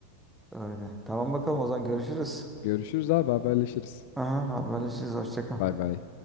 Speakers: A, in the centre; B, on the left.
A: Öyle. Tamam bakalım o zaman görüşürüz.
B: Görüşürüz abi haberleşiriz.
A: Aha, haberleşiriz. Hoşça kal.
B: Bay bay.